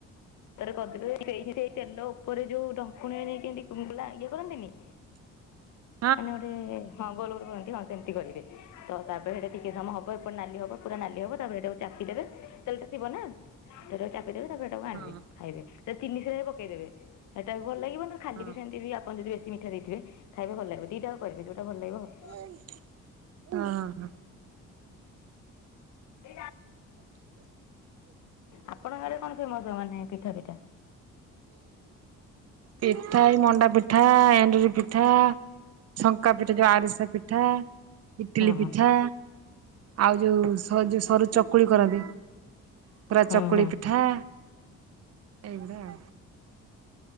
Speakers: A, on the left; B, on the right.
A: ତରେ କରିଦେ ସେ ତେଲ ଉପରେ ଯୋଉ ଢଙ୍କୁଣି ନେଇ କେମ ତୁ ଲା ଇଏ କରନ୍ତିନି
B: <inaudible>
A: ମାନେ ଗୋଟେ ହଁ ଗୋଲ ଗୋଲ କରନ୍ତି ହଁ ସେମିତି କରିବେ ତ ତାପରେ ସେଇଟା ଟିକେ ସମୟ ହବ ଏପଟେ ନାଲି ହବ ପୁରା ନାଲି ହବ ତାପରେ ସେଟାକୁ ଚାପିଦେବେ ତେଲଟା ଥିବ ନା ତେଲରେ ଚାପିଦେବେ ତାପରେ ତାକୁ
B: ହଁ
A: ଆଣିବେ ଖାଇବେ ତେ ତିନି ସେବେ ପକେଇଦେବେ ହେଟା ବି ଭଲ ଲାଗିବ ଖାଲି
B: ହଁ
A: ବି ସେମିତି ବି ଆ ଆପଣ ଯଦି ବେଶୀ ମିଠା ଦେଇଥିବେ ଖାଇବେ ଭଲ ଲାଗିବ ଦିଇଟା ଆକ କରିବେ ଯୋଉଟା ଭଲ ଲାଗିବ ଆ
B: ହଁ ହଁ ହଁ।
A: <unintelligible> ଆପଣଙ୍କ ଆଡେ କଣ ଫେମସ ମାନେ ପିଠାଫିଠା?
B: ପିଠା ଏଇ ମଣ୍ଡା ପିଠା ଏଣ୍ଡରି ପିଠା। ଠା ଶଙ୍କା ପିଠ୍ ଯୋଉ ଆରିସା ପିଠା, ଇଟିଲି
A: ହଁ
B: ପିଠା। ଆଉ ଯୋଉ ସ ଯୋଉ ସରୁଚକୁଳି କରନ୍ତି ପୁରା
A: ହଁ
B: ଚକୁଳିପିଠା। ଏଇ ଭଳିଆ